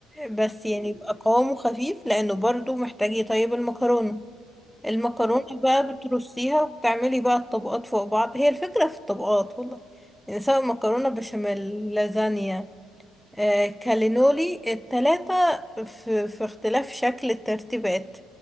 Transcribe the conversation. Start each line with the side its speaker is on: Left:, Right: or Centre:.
Centre: بس يعني
Right: مم.
Centre: يبقى قوامه خفيف لانه برضو محتاج يطيب المكرونة المكرونة
Right: اه
Centre: بقى
Right: اه
Centre: بترصيها وبتعملي بقى الطبقات فوق بعض هي الفكرة في الطبقات والله يعني سواء مكرونة بشاميل لازانيا آه كالينولي التلاتة في, في اختلاف شكل الترتيبات